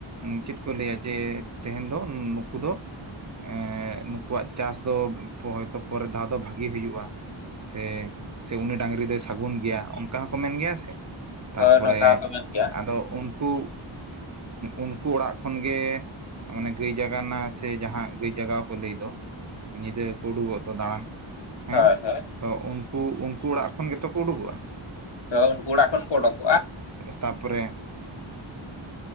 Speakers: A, on the right; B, on the left.
A: ᱪᱮᱫ ᱠᱚ ᱞᱟᱹᱭᱟ ᱡᱮ ᱛᱮᱦᱮᱧ ᱫᱚ ᱱᱩᱠᱩ ᱫᱚ ᱮᱸ ᱱᱩᱠᱩᱣᱟᱜ ᱪᱟᱥ ᱫᱚ ᱦᱚᱭᱛᱚ ᱯᱚᱨᱮᱨ ᱫᱷᱟᱣ ᱫᱚ ᱵᱷᱟᱹᱜᱤ ᱦᱩᱭᱩᱜᱼᱟ ᱥᱮ ᱥᱮ ᱩᱱᱤ ᱰᱟᱺᱝᱨᱤ ᱫᱚᱭ ᱥᱟᱹᱜᱩᱱ ᱜᱮᱭᱟ ᱚᱱᱠᱟ ᱦᱚᱸᱠᱚ ᱢᱮᱱ ᱜᱮᱭᱟ ᱥᱮ ᱛᱟᱨ
B: ᱦᱳᱭ
A: ᱯᱚᱨᱮ
B: ᱱᱚᱝᱠᱟ ᱦᱚᱸᱠᱚ ᱢᱮᱱ ᱜᱮᱭᱟ
A: ᱟᱫᱚ ᱩᱱᱠᱩ ᱩᱱᱠᱩ ᱚᱲᱟᱜ ᱠᱷᱚᱱ ᱜᱮ ᱢᱟᱱᱮ ᱜᱟᱹᱭ ᱡᱟᱜᱟᱣ ᱨᱮᱱᱟᱜ ᱥᱮ ᱡᱟᱦᱟᱸ ᱜᱟᱹᱭ ᱡᱟᱜᱟᱣ ᱠᱚ ᱞᱟᱹᱭ ᱫᱚ ᱧᱤᱫᱟᱹ ᱠᱚ ᱩᱰᱩᱠᱚᱜ ᱫᱚ ᱫᱟᱬᱟᱱ ᱦᱮᱸ
B: ᱦᱳᱭ ᱦᱳᱭ
A: ᱛᱚ ᱩᱱᱠᱩ ᱩᱱᱠᱩ ᱚᱲᱟᱜ ᱠᱷᱚᱱ ᱜᱮᱛᱚ ᱠᱚ ᱩᱰᱩᱠᱚᱜᱼᱟ
B: ᱛᱚ ᱚᱲᱟᱜ ᱠᱷᱚᱱ ᱠᱚ ᱩᱰᱩᱠᱚᱜᱟ
A: ᱛᱟ ᱯᱚᱨᱮ